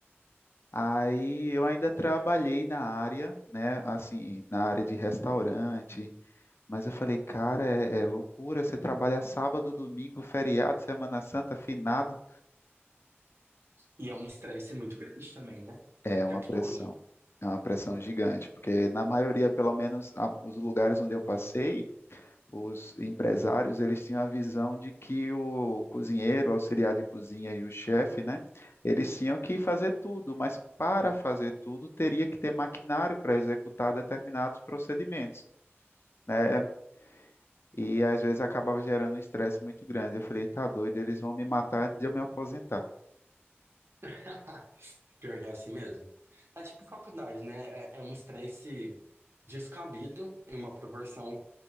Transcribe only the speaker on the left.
Aí eu ainda trabalhei na área, né, assim, na área de restaurante, mas eu falei, cara, é, é loucura, você trabalha sábado, domingo, feriado, Semana Santa, finado.
É uma
pressão,
é uma pressão gigante, porque na maioria, pelo menos a- os lugares onde eu passei, os empresários eles tinham a visão de que o cozinheiro, o auxiliar de cozinha e o chefe, né, eles tinham que fazer tudo, mas para fazer tudo teria que ter maquinário para executar determinados procedimentos, né? E às vezes acabava gerando um estresse muito grande. Eu falei, tá doido, eles vão me matar antes de eu me aposentar.